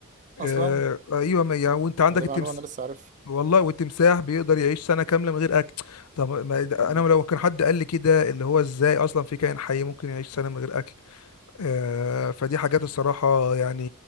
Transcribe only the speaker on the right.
اصلا
دي
معلومة انا لسه عارفها
مم.